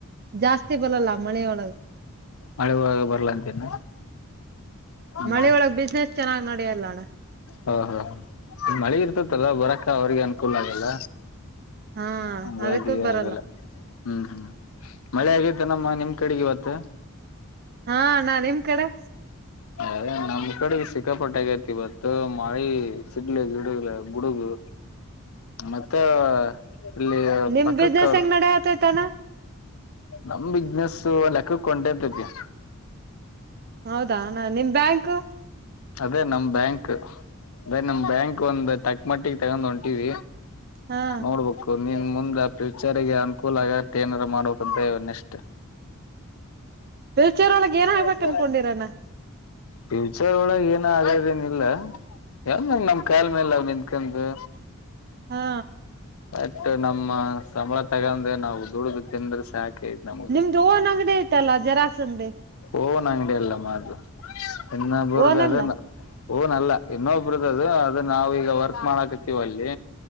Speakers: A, on the right; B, on the left.
A: ಜಾಸ್ತಿ ಬರಲ್ಲ ಮಳೆಯ ಒಳಗ.
B: ಮಳೆ ಬಾಗ ಬರ್ಲಾ ಅಂತೇನ. ಹ್ಮ್
A: ಮಳೆೊಳಗ್ ಬಿಸ್ನೆಸ್ ಚೆನ್ನಾಗ್ ನಡಿಯಲ್ಲ ಅಣ್ಣ.
B: ಹಓ ಹ ಹ ಮಳೆ ಇರ್ತತಲ್ಲ ಬರಕ್ಕ ಅವ್ರಿಗೆ ಅನುಕೂಲ ಆಗಲ್ಲ.
A: ಹಾ
B: ಹಂಗಾಗ
A: ಅದಕ್ಕೂ ಬರಲ್ಲ
B: ಆಗಲ್ಲ ಹ್ಮ್ ಹ್ಮ್ ಮಳೆ ಆಗೇತನಮ್ಮ ನಿಮ್ ಕಡೆಗೆ ಇವತ್ತ.
A: ಹಾ ನಾ ನಿಮ್ ಕಡೆ.
B: ಅ ನಮ್ ಕಡೆಗೆ ಸಿಕ್ಕಾಪಟ್ಟಗೈತಿ ಇವತ್ತು ಮಳಿ ಸಿಡ್ಲಿ ಗಿಡಲ್ಲ ಗುಡುಗು. ಮತ್ತೆ ಇಲ್ಲಿ
A: ನಿಮ್
B: ಪಕ್ಕತದೆ.
A: ಬಿಸ್ನೆಸ್ ಹೆಂಗ್ ನಡ ಆತೈತಣ್ಣ
B: ನಮ್ ಬಿಸ್ನೆಸ್ ಲೆಕ್ಕಕ್ ಕೊಂಟತಕ್ಕೆ.
A: ಹೌದಾ ಅಣ್ಣ ನಿಮ್ ಬ್ಯಾಂಕ್.
B: ಅದೇ ನಮ್ ಬ್ಯಾಂಕ್ ಅದೇ ನಮ ಬ್ಯಾಂಕ್ ಒಂದ್ ತಕ್ ಮಟ್ಟಿಗೆ ತಗೊಂಡ್ ಹೊಂಟವಿ.
A: ಹಾ
B: ನೋಡ್ಬೇಕು. ನೀನ್ ಮುಂದೆ ಫ್ಯೂಚರ್ಗೆ ಅನುಕೂಲ ಆಗೆ ಏನಾದಾರ ಮಾಡ್ಬೇಕಂತ ಎಷ್ಟ.
A: ಫ್ಯೂಚರ್ ಒಳಗ್ ಏನ ಆಗ್ಬೇಕಕ್
B: ೇ ಇದೇ
A: ಅನ್ಕೊಂಡಿರಣ್ಣ
B: ಫ್ಯೂಚರ್ ಒಳಗ ಏನು ಆಗದೇನ ಇಿಲ್ಲ. ಯಾವ ಮ್ ನಮ ಕಾಯಾಲ ಮೇಲ್ ಅವ ನಿಂತ್ಕಂದು.
A: ಹಾ
B: ಬಟ್ ನಮ್ಮ ಸಂಬಳ ತಗಂದೆ ನಾವು ದುಡು್ದ ತಿಿಂದ್ರ ಸಾಕ. ನ
A: ನಿಮ್ದು ಓನ್ ಅಂಗಡಿ ಐತಲ್ಲ ಜೆರಾಕ್ಸ್ ಅಂಗಡಿ
B: ಓ <unintelligible> ಅಂಗಡಿ ಎಲ್ಲ ಮಾಡು ಇನ್ನ ಬರುದ
A: ಓನಲ್ಲ
B: ಅದೇನ. ಹೂನಲ್ಲ ಇನ್ನೊಬ್ಬರುದ ಅದು ಅದ ನಾವ ಈಗ ವರ್ಕ್ ಮಾಡಾಕತಿೀವ ಅಲ್ಲಿ.